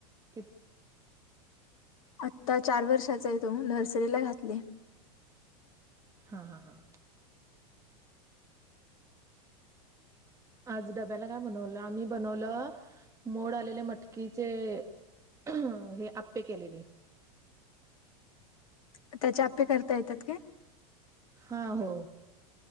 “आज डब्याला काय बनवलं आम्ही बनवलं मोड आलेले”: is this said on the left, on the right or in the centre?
Right